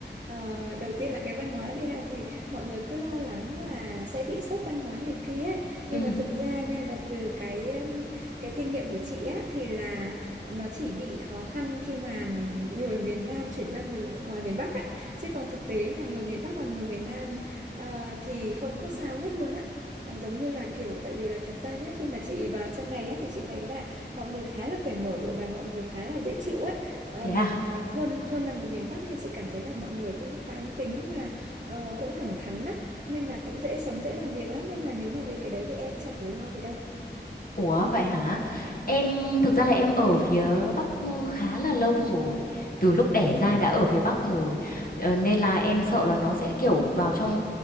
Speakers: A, on the right; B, on the left.
A: à, đầu tiên là cái văn hóa đi ha thì mọi người cứ lo lắng là sẽ bị sốc văn hóa này kia nhưng
B: ừ,
A: mà thực ra nha là từ cái um, cái kinh nghiệm của chị á thì là nó chỉ bị khó khăn khi mà người miền Nam chuyển ra người ngoài miền Bắc á chứ còn thực tế mà người miền Bắc và người miền Nam ờ, thì không có sao hết luôn á Ờ, giống như là kiểu tại vì là thật ra nhá khi mà chị vào trong này á thì chị thấy là mọi người khá là cởi mở và mọi người khá là dễ chịu á Ờm,
B: thế à?
A: hơn hơn là người miền Bắc nha chị cảm thấy là mọi người cũng thoáng tính mà ờ, cũng thẳng thắn á nên là cũng dễ sống dễ làm việc lắm nên là nếu mà về cái đấy thì em chả phải lo gì đâu
B: Ủa vậy hả? Em
A: ừ
B: thực ra là em ở phía Bắc khá là lâu rồi. Từ lúc đẻ
A: ừ
B: ra đã ở phía Bắc rồi. Ờ, nên là em sợ là nó sẽ kiểu vào trong